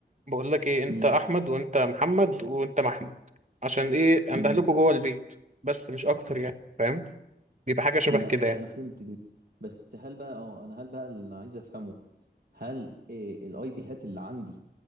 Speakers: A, on the right; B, on the right.
A: بقول لك ايه انت
B: امم
A: احمد وانت محمد وانت محمود عشان ايه انده
B: امم
A: لكم جوه البيت بس مش اكتر يعني فاهم بيبقى حاجة شبه
B: لا
A: كده
B: ماشي
A: يعني
B: انا فهمت دي بس هل بقى اه انا هل بقى اللي عايز افهمه هل الاي بي هات اللي عندي